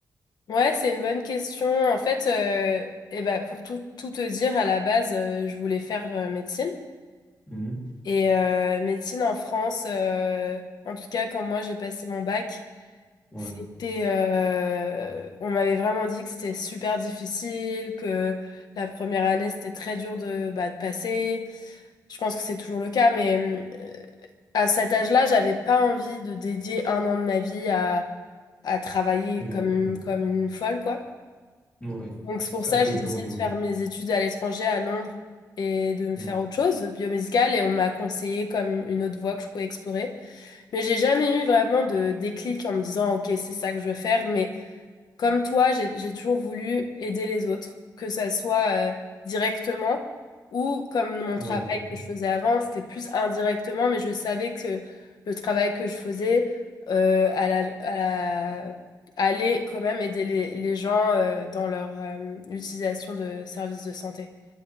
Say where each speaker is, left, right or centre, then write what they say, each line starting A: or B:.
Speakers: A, on the left; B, on the left.
A: Ouais, c'est une bonne question. En fait, euh, eh ben, pour tout, tout te dire, à la base, euh, je voulais faire euh, médecine.
B: Mhm.
A: Et euh, médecine en France, euh, en tout cas, quand moi j'ai passé mon bac,
B: Ouais.
A: C'était, euh, on m'avait vraiment dit que c'était super difficile, que la première année c'était très dur de, bah, de passer. Je pense que c'est toujours le cas, mais euh, à cet âge-là, j'avais pas envie de dédier un an de ma vie à, à travailler
B: Toujours,
A: comme une,
B: ouais.
A: comme une folle, quoi.
B: Ouais.
A: Donc c'est pour
B: C'est
A: ça
B: un peu
A: que j'ai
B: dur
A: décidé
B: au début.
A: de faire mes études à l'étranger, à Londres, et de me
B: Ouais.
A: faire autre chose, biomédicale, et on m'a conseillé comme une autre voie que je pouvais explorer. Mais j'ai jamais eu vraiment de déclic en me disant, OK, c'est ça que je veux faire. Mais comme toi, j'ai, j'ai toujours voulu aider les autres, que ça soit euh, directement ou comme mon
B: Moi,
A: travail
B: directement.
A: que je faisais avant, c'était plus indirectement, mais je savais que le travail que je faisais euh, à la, à la- allait quand même aider les, les gens euh, dans leur euh, utilisation de services de santé.